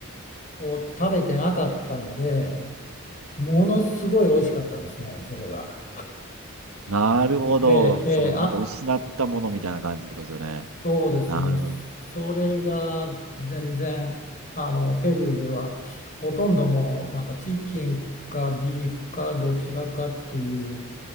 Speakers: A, on the left (about 35°); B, on the right (about 80°).
A: を食べてなかったので、ものすごい美味しかったですね、それが。
B: なるほど。
A: で、えーあ、
B: その、なんか失ったものみたいな感じってことですよね。
A: そ、そうです、
B: なるほど。
A: もうそれが全然、あの、ペルーではほとんどもうなんかチキンかビーフかどちらかっていう